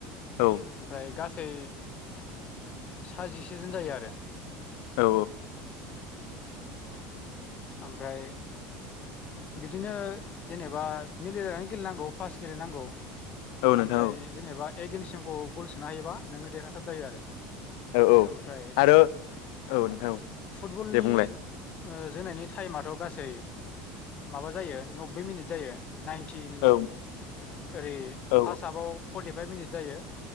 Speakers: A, on the left; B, on the left.
A: औ
B: ओमफ्राय गासै साजिसे जोन जायो आरो <inaudible>
A: औ
B: ओमफ्राय बिदिनो जेनेबा मिलायनानै गेलेनांगौ पास गेलेनांगौ
A: औ नोंथां
B: ओमफ्राय जेनेबा एकन्सिमखौ गल सोनो हायोबा नोङो देरहासार जायो आरो
A: औ औ
B: ओमफ्राय
A: आरो औ नोंथां औ
B: फुटबलनि
A: दे बुंलाय
B: ओ जोंनायनि टाइमाथ' गासै माबा जायो नब्बै मिनिट जायो नाइन्टि मिनिट
A: औ
B: ओरै
A: औ
B: फार्स्ट आपआव फर्टिफाइभ मिनिट जायो